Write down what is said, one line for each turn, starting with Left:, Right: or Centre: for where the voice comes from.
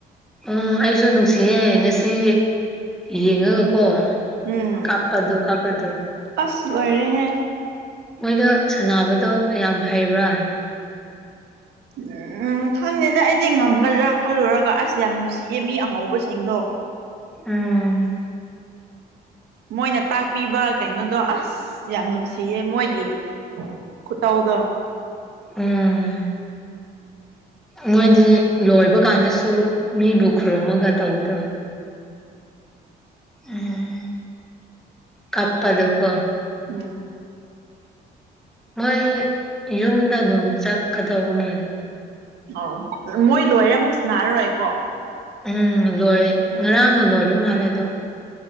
Centre: ꯑꯥ ꯑꯩꯁꯨ ꯅꯨꯡꯁꯤꯌꯦ ꯉꯁꯤ ꯌꯦꯡꯉꯒꯀꯣ
Right: ꯎꯝ
Centre: ꯀꯥꯞꯄꯗꯣ ꯀꯥꯞꯄꯗꯣ
Right: ꯑꯁ ꯂꯣꯏꯔꯦꯍꯦ
Centre: ꯃꯣꯏꯗꯣ ꯁꯥꯟꯅꯕꯗꯣ ꯌꯥꯝ ꯍꯩꯕ꯭ꯔꯥ
Right: <unintelligible> ꯎꯝ ꯈꯪꯗꯦꯗ ꯑꯩꯗꯤ ꯉꯝꯒꯗ꯭ꯔꯥ ꯈꯜꯂꯨꯔꯒ ꯑꯁ ꯌꯥꯝ ꯅꯨꯡꯁꯤꯌꯦ ꯃꯤ ꯑꯉꯧꯕꯁꯤꯡꯗꯣ
Centre: ꯎꯝ
Right: ꯃꯣꯏꯅ ꯇꯥꯛꯄꯤꯕ ꯀꯩꯅꯣꯗꯣ ꯑꯁ ꯌꯥꯝ ꯅꯨꯡꯁꯤꯌꯦ ꯃꯣꯏꯒꯤ ꯈꯨꯠꯇꯧꯗꯣ
Centre: ꯎꯝ ꯃꯣꯏꯗꯤ ꯂꯣꯏꯕ ꯀꯥꯟꯗꯁꯨ ꯃꯤꯕꯨ ꯈꯨꯔꯨꯝꯃꯒ ꯇꯧꯕꯗꯣ ꯎꯝ ꯀꯞꯄꯗꯨꯀꯣ
Right: ꯎꯝ
Centre: ꯃꯣꯏ ꯌꯨꯝꯗ ꯑꯗꯨꯝ ꯆꯠꯀꯗꯧꯕ ꯃꯥꯜꯂꯦ
Right: ꯑꯣ ꯃꯣꯏ ꯂꯣꯏꯔꯦ ꯑꯃꯨꯛ ꯁꯅꯥꯔꯔꯣꯏ ꯀꯣ
Centre: ꯎꯝ ꯂꯣꯏꯔꯦ ꯉꯔꯥꯡꯅ ꯂꯣꯏꯕ ꯃꯥꯜꯂꯦ ꯑꯗꯣ